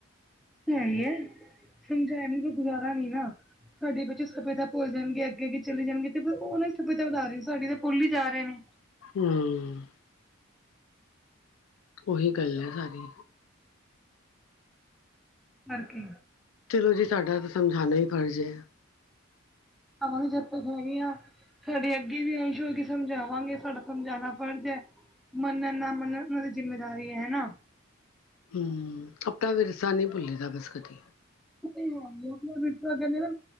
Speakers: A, in the centre; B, on the left.
A: ਇਹ ਹੈ ਹੀ ਹੈ ਸਮਝਿਆ ਬਿਨ ਗੁਜ਼ਾਰਾ ਨਹੀਂ ਨਾ। ਸਾਡੀੇ ਬੱਚੇ ਸੱਭਿਅਤਾ ਭੁੱਲ ਜਾਣਗੇ ਅੱਗੇ ਅੱਗੇ ਚਲੇ ਜਾਣਗੇ ਤੇ ਉਹ ਨਾ ਸੱਭਿਅਤਾ ਵਧਾ ਰਹੀ ਸੀ ਸਾਡੀ ਤਾਂ ਭੁੱਲ ਹੀ ਜਾ ਰਹੇ ਨੇ।
B: <unintelligible> ਉਹੀ ਗੱਲ ਹੈ ਸਾਰੀ
A: ਕਰਕੇ
B: ਚਲੋ ਜੀ ਸਾਡਾ ਤਾਂ ਸਮਝਾਣਾ ਹੀ ਫਰਜ਼ ਏ।
A: ਅਨ ਚਤ ਸਰੀਆ। <unintelligible> ਸਾਡੇ ਅੱਗੇ ਵੀ ਅੰਸ਼ ਹੋ ਕੇ ਸਮਝਾਵਾਂਗੇ ਸਾਡਾ ਸਮਝਾਉਣਾ ਫਰਜ਼ ਹੈ। ਮੰਨਣ ਨਾ ਮੰਨਣ ਉਹਨਾਂ ਦੀ ਜਿੰਮੇਦਾਰੀ ਹੈ ਨਾ।
B: ਹੂੰ ਆਪਣਾ ਵਿਰਸਾ ਨਹੀਂ ਭੁੱਲੀ ਦਾ ਬਸ ਕਦੀ
A: ਹੈ ਹੀ ਆਪਣਾ ਵਿਰਸਾ ਕਹਿੰਦੇ ਨਾ